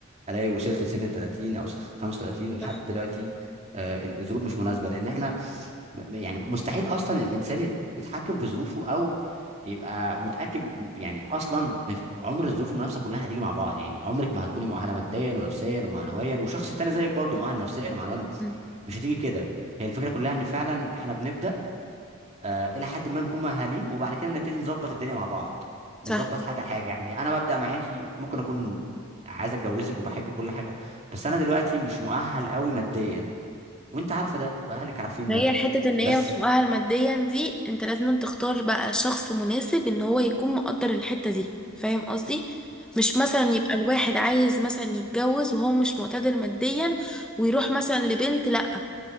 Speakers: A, on the right; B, in the centre.
A: الاقي وصلت سن ال 30 او 35 ولحد
B: صح
A: دلوقتي آه، الظروف مش مناسبه لان احنا م- يعني مستحيل اصلا الانسان يت- يتحكم في ظروفه او يبقى متاكد م- يعني اصلا ما في- عمر الظروف المنافسه كلها هتيجي مع بعض يعني عمرك ما هتكوني مؤهله ماديا ونفسيا ومعنويا وشخص تاني زيك برضه مؤهل نفسيا ومعنويا
B: مم.
A: مش هتيجي كده هي الفكره كلها ان فعلا احنا بنبدا آه الى حد ما نكون مؤهلين وبعد كده نبتدي نظبط الدنيا مع بعض نظبط
B: صح
A: حاجه حاجه يعني انا ببدا معاكي ممكن اكون عايز اتجوزك وبحب كل حاجه بس انا دلوقتي مش مؤهل قوي ماديا وانت عارفه ده واهلك عارفين
B: هي
A: ده
B: حتة ان هي
A: بس
B: مش مؤهل ماديا دي انت لازم تختار بقى شخص مناسب ان هو يكون مقدر الحتة دي فاهم قصدي مش مثلا يبقى الواحد عايز مثلا يتجوز وهو مش مقتدر ماديا ويروح مثلا لبنت لا